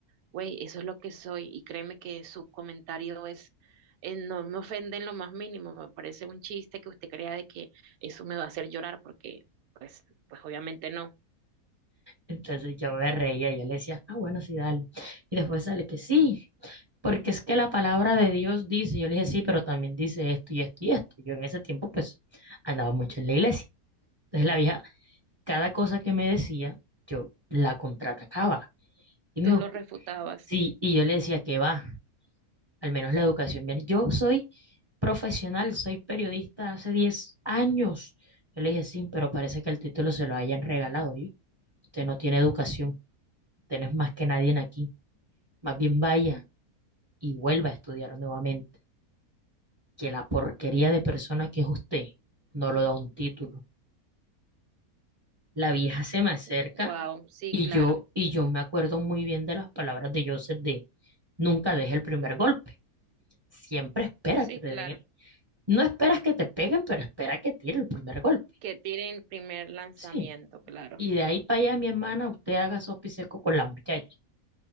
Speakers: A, on the right; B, on the right.
A: güey, eso es lo que soy y créeme que su comentario es, eh, no me ofende en lo más mínimo, me parece un chiste que usted crea de que eso me va a hacer llorar porque, pues, pues obviamente no,
B: Entonces yo me reía, yo le decía, ah, bueno, sí, dale. Y después sale que sí, porque es que la palabra de Dios dice, yo le dije, sí, pero también dice esto y esto y esto. Yo en ese tiempo, pues, andaba mucho en la iglesia. Entonces la vieja, cada cosa que me decía, yo la contraatacaba. Y me
A: tú
B: dijo,
A: lo refutabas.
B: sí, y yo le decía que va, al menos la educación viene. Yo soy profesional, soy periodista hace 10 años. Yo le dije, sí, pero parece que el título se lo hayan regalado yo. Usted no tiene educación, usted no es más que nadie en aquí. Más bien vaya y vuelva a estudiar nuevamente, que la porquería de persona que es usted no lo da un título. La vieja se me acerca
A: Wow, sí,
B: y
A: claro,
B: yo, y yo me acuerdo muy bien de las palabras de Joseph de nunca deje el primer golpe. Siempre espera
A: sí,
B: que te
A: claro.
B: den el- No esperas que te peguen, pero espera que tire el primer golpe.
A: Que tiren el primer lanzamiento,
B: Sí.
A: claro.
B: Y de ahí para allá, mi hermana, usted haga sopa y seco con la muchacha.